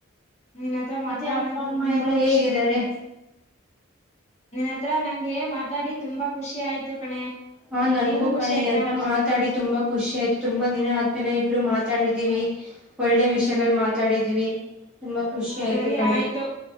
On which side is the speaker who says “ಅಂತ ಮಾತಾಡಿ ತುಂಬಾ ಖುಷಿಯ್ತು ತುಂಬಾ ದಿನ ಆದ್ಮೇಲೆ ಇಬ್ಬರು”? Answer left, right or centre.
Centre